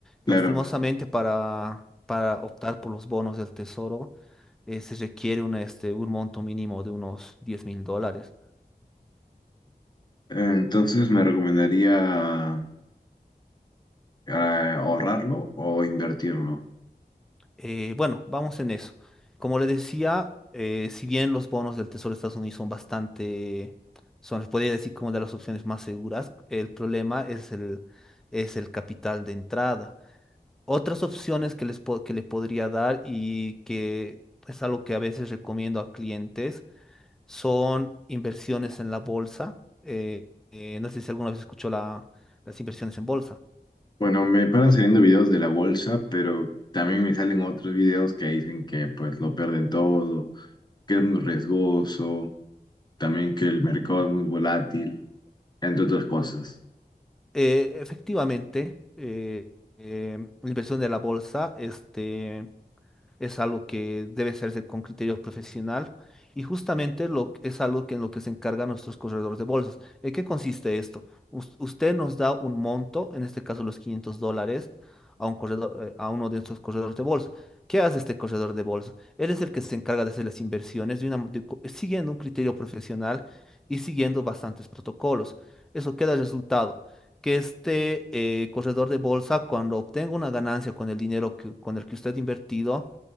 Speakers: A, on the left; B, in the centre.
A: claro.
B: Lastimosamente para, para optar por los bonos del tesoro eh, se requiere un, este, un monto mínimo de unos diez mil dólares.
A: Eh, entonces me recomendaría eh, ahorrarlo o invertirlo.
B: Eh, bueno, vamos en eso. Como le decía, eh, si bien los bonos del tesoro de Estados Unidos son bastante, son, les podría decir, como de las opciones más seguras, el problema es el, es el capital de entrada. Otras opciones que les, po- que le podría dar y que es algo que a veces recomiendo a clientes son inversiones en la bolsa. Eh, eh, no sé si alguna vez escuchó la- las inversiones en bolsa.
A: Bueno, me paran saliendo videos de la bolsa, pero también me salen otros videos que dicen que pues lo pierden todo, que es muy riesgoso, también que el mercado es muy volátil, entre otras cosas.
B: Eh, efectivamente, eh, eh, la inversión de la bolsa, este, es algo que debe hacerse con criterio profesional y justamente lo, es algo que en lo que se encargan nuestros corredores de bolsas. ¿En qué consiste esto? Us- usted nos da un monto, en este caso los 500 dólares, a un corredor, eh, a uno de nuestros corredores de bolsa. ¿Qué hace este corredor de bolsa? Él es el que se encarga de hacer las inversiones de una, mo- de co- siguiendo un criterio profesional y siguiendo bastantes protocolos. Eso queda el resultado que este eh, corredor de bolsa, cuando obtenga una ganancia con el dinero que, con el que usted ha invertido,